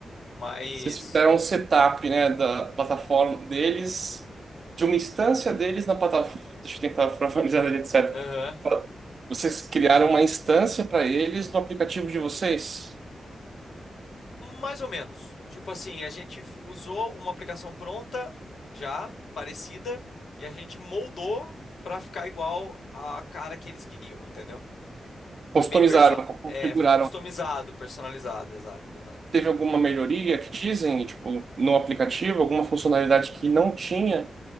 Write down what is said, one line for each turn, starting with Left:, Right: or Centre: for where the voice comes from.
Left: Mas,
Right: Vocês fizeram um setup, né, da plataforma deles, de uma instância deles na plataforma. Deixa eu tentar formalizar ali, etc.
Left: aham.
Right: Vocês criaram uma instância para eles no aplicativo de vocês?
Left: Mais ou menos. Tipo assim, a gente f- usou uma aplicação pronta, já parecida, e a gente moldou para ficar igual à cara que eles queriam, entendeu? Foi
Right: Customizaram,
Left: bem perso
Right: configuraram.
Left: é, foi customizado, personalizado, exato, exato.
Right: Teve alguma melhoria que dizem, tipo, no aplicativo, alguma funcionalidade que não tinha